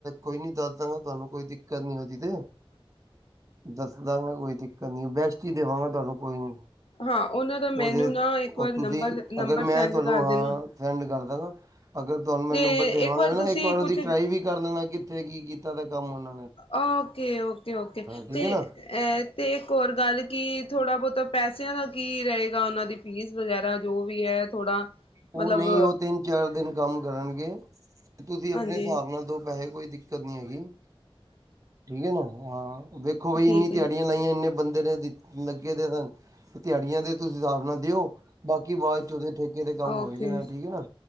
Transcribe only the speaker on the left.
ਹਾਂ ਉਹਨਾਂ ਦਾ ਮੈਨੂੰ ਨਾ ਇੱਕ
ਵਾਰ ਨੰਬਰ
ਨੰਬਰ
ਸੈਂਡ
ਕਰ
ਦੇਣਾ
ਤੇ
ਤੁਸੀਂ
ਕੁਛ
ਔਕੇ ਔਕੇ ਔਕੇ
ਤੇ
ਅ ਤੇ ਇੱਕ ਹੋਰ ਗੱਲ ਕਿ ਥੋੜ੍ਹਾ ਬਹੁਤਾ ਪੈਸਿਆਂ ਦਾ ਕੀ ਰਹੇਗਾ ਉਹਨਾਂ ਦੀ ਫੀਸ ਵਗੈਰਾ ਜੋ ਵੀ ਹੈ ਥੋੜਾ
ਮਤਲਬ
ਹਾਂਜੀ
ਠੀਕ
ਹੈ
ਔਕੇ